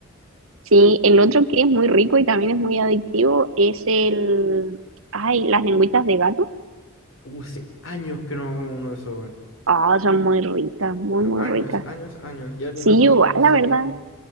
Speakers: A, on the right (about 75°); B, on the left (about 65°).
A: Sí, el otro que es muy rico y también es muy adictivo es el... Ay, las lengüitas de gato.
B: Uh, hace años que no como uno de esos, weón.
A: Ah, son muy ricas, muy,
B: Pero
A: muy
B: años,
A: ricas.
B: años, años. Ya ni
A: Sí,
B: me acuerdo
A: igual,
B: cómo el
A: la
B: sabor.
A: verdad.